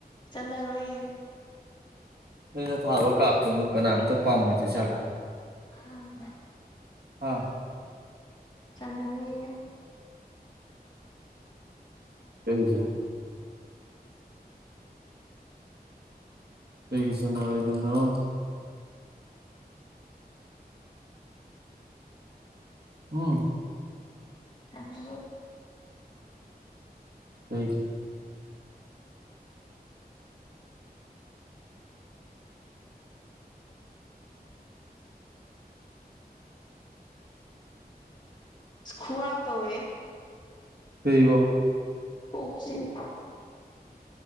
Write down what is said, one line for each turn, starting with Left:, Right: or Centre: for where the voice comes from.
Left: ꯆꯅꯥꯔꯣꯏꯌꯦ
Right: ꯅꯩꯅ ꯊꯥꯕ ꯀꯥꯞꯇꯨ ꯑꯃꯨꯛ ꯀꯅꯥꯝꯇ ꯄꯥꯝꯃꯣꯏꯗꯣꯏ ꯆꯠꯂꯥ
Left: ꯑꯥ
Right: ꯑꯥ
Left: ꯆꯅꯔ
Right: ꯀꯩꯒꯤ ꯄꯒꯤꯁꯅꯔꯣꯏꯗꯅꯣ ꯎꯝ
Left: ꯆꯅ
Right: ꯀꯒꯤ
Left: ꯈꯨꯋꯥ ꯑ ꯇꯧꯋꯦ
Right: ꯀꯔꯤꯕꯣ
Left: ꯀꯣꯛ ꯆꯤꯛꯑꯦ